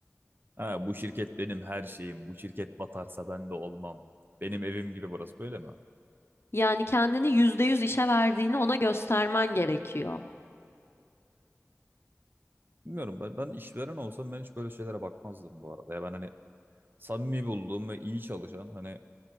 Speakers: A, on the right; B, on the left.
A: Ha, bu şirket benim her şeyim. Bu şirket batarsa ben de olmam. Benim evim gibi burası böyle mi?
B: Yani kendini %100 işe verdiğini ona göstermen gerekiyor.
A: Bilmiyorum ben, ben işveren olsam ben hiç böyle şeylere bakmazdım bu arada. Ya ben hani samimi bulduğum ve iyi çalışan hani